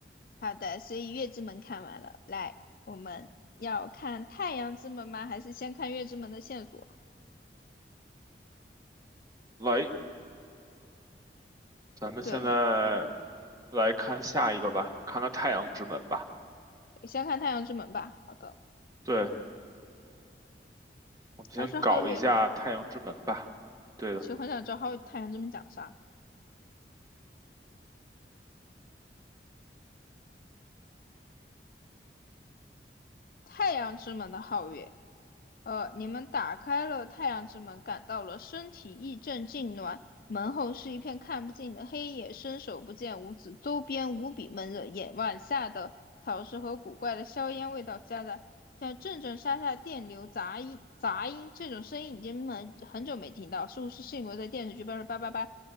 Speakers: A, on the left; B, on the right.
A: 好的，所以月之门看完了，来，我们要看太阳之门吗？还是先看月之门的线索？
B: 来，咱们现在
A: 对，
B: 来看下一个吧，看看太阳之门吧。
A: 先看太阳之门吧。好的，
B: 对，我们先搞一下太阳之门吧。
A: 还是皓月。
B: 对的，
A: 我其实很想知道皓太阳之门讲啥。太阳之门的皓月，呃，你们打开了太阳之门，感到了身体一阵痉挛。门后是一片看不尽的黑夜，伸手不见五指，周边无比闷热，眼晚下的草湿和古怪的硝烟味道夹杂，像阵阵沙沙电流杂音。杂音这种声音已经很很久没听到，似乎是幸亏在电视剧《八八八八》